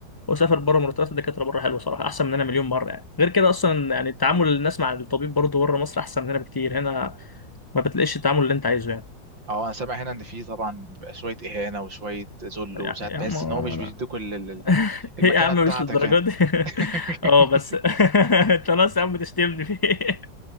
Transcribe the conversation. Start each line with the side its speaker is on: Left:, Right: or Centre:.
Left: واسافر بره مرتبات الدكاتره بره حلوه صراحه احسن مننا مليون مره يعني غير كده اصلا يعني تعامل الناس مع الطبيب برضه بره مصر احسن مننا بكتير هنا ما بتلاقيش التعامل اللي انت عايزه يعني
Right: اه انا سامع هنا ان في طبعا بيبقى شوية اهانة وشوية ذل
Left: يعني
Right: وساعات
Left: يا
Right: بحس
Left: عم انا
Right: ان هو مش بيدوك ال- ال- ال-
Left: <laughs>
Right: المكانة
Left: هي يا عم
Right: بتاعتك
Left: مش للدرجه
Right: يعني
Left: دي <laughs>
Right: <laughs>
Left: اه بس <laughs> انت خلاص يا عم تشتمني فيه <laughs>